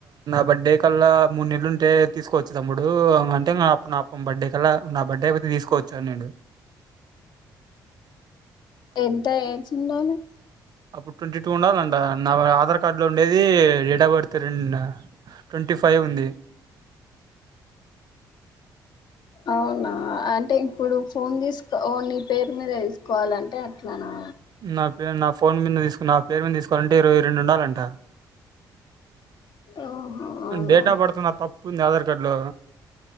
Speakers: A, on the right; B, on the left.
A: బర్త్డే కల్లా మూడు నెల్లుంటే తీసుకోవచ్చు తమ్ముడు. అంటే నా అప్పుడ్ నా పం బర్త్డే కల్లా. నా బర్త్డే అయిపతే తీసుకోవచ్చాన్నాడు.
B: ఎంత ఏజిండాలే.
A: అప్పుడ్ ట్వంటీ టూ ఉండాలంట. నా ఆధార్ కార్డు లో ఉండేది. డేట్ ఆఫ్ బర్త్ రెం నా ట్వంటీ ఫైవ్ ఉంది.
B: అవునా ఆ అంటే ఇప్పుడు ఫోన్ తీసుక్ క ఓ నీ పేరు మీద తీసుకోవాలంటే అట్లానా.
A: నా పేర్ నా ఫోన్ మీద తీసుకున్. నా పేరు మీద తీసుకోవలాంటే ఇరవై రెండు ఉండాలంట.
B: ఓహో అవునా
A: డేట్ ఆఫ్ బర్త్ నాద్ తప్పుందదర్ క్ కాడ్లో